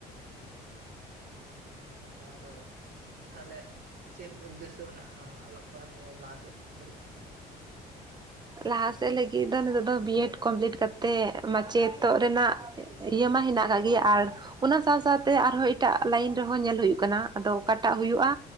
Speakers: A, on the right; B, on the right.
A: ᱤᱱᱟ ᱯᱚᱨᱮ ᱛᱟᱨ ᱛᱟᱦᱚᱞᱮ ᱪᱮᱫ ᱩᱫᱽᱫᱮᱥᱥᱚ ᱢᱮᱱᱟᱜᱼᱟ, ᱱᱚᱣᱟ ᱚᱞᱚᱜ ᱯᱟᱲᱦᱟᱜ ᱱᱤᱭᱟᱹ ᱞᱟᱦᱟᱥᱮᱫ ᱞᱟᱹᱜᱤᱫ?
B: ᱞᱟᱦᱟᱥᱮᱫ ᱞᱟᱹᱜᱤᱫ ᱫᱚ ᱱᱤᱛᱚᱜ ᱫᱚ ᱵᱤᱭᱮᱰ ᱠᱚᱢᱯᱤᱞᱤᱴ ᱠᱟᱛᱮᱫ ᱢᱟᱪᱮᱫᱚᱜ ᱨᱮᱱᱟᱜ ᱤᱭᱟᱹ ᱢᱟ ᱦᱮᱱᱟᱜ ᱠᱟᱜ ᱜᱮ ᱟᱨ ᱚᱱᱟ ᱥᱟᱶ ᱥᱟᱶᱛᱮ ᱟᱨᱦᱚᱸ ᱮᱴᱟᱜ ᱞᱟᱭᱤᱱ ᱨᱮᱦᱚᱸ ᱧᱮᱞ ᱦᱩᱭᱩᱜ ᱠᱟᱱᱟ ᱟᱫᱚ ᱚᱠᱟᱴᱟᱜ ᱦᱩᱭᱩᱜᱼᱟ᱾